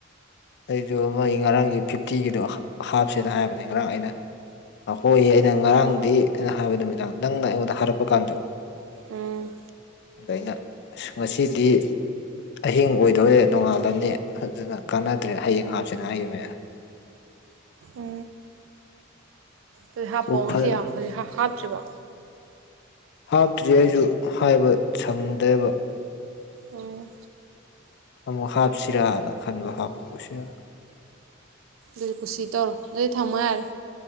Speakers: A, on the left; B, on the right.
A: ꯑꯩꯁꯨ ꯑꯃꯒꯤ ꯑꯩ ꯉꯔꯥꯡꯒꯤ ꯐꯤꯐꯇꯤꯒꯤꯗꯣ ꯍꯥꯞꯁꯦꯅ ꯍꯥꯏꯕꯅꯦ ꯉꯔꯥꯡ ꯑꯩꯅ ꯈꯣꯏ ꯑꯩꯅ ꯉꯔꯥꯡꯗꯤ ꯑꯩꯅ ꯍꯥꯏꯕ ꯅꯨꯃꯤꯗꯥꯡ ꯅꯪꯅ ꯑꯩꯉꯣꯟꯗ ꯍꯥꯏꯔꯛꯄ ꯀꯥꯟꯗ
B: ꯎꯝ
A: ꯑꯗ ꯑꯩꯅ ꯉꯁꯤꯗꯤ ꯑꯍꯤꯡ ꯑꯣꯏꯗꯧꯔꯦ ꯅꯣꯡꯉꯥꯜꯂꯅꯤ ꯑꯗꯨꯅ ꯀꯥꯟꯅꯗ꯭ꯔꯦ ꯍꯌꯦꯡ ꯍꯥꯞꯁꯤꯅ ꯍꯥꯏꯈꯤꯕꯅꯦ
B: ꯎ ꯍꯧꯖꯤꯛ ꯍꯥꯞꯄꯑꯣ
A: ꯑꯣ ꯐꯔꯦ
B: ꯉꯁꯤ ꯍꯧꯖꯤꯛ ꯍꯥꯞꯇ꯭ꯔꯤꯕꯣ
A: ꯍꯥꯞꯇ꯭ꯔꯤ ꯑꯩꯁꯨ ꯍꯥꯏꯕ ꯁꯪꯗꯦꯕ
B: ꯎꯝ
A: ꯑꯃꯨꯛ ꯍꯥꯞꯁꯤꯔꯥꯅ ꯈꯟꯕ ꯍꯥꯞꯄꯨꯁꯤꯔ
B: ꯑꯗꯨ ꯀꯨꯁꯤ ꯇꯧꯔꯣ ꯑꯗꯨꯗꯤ ꯊꯝꯃꯣ ꯌꯥꯔꯦ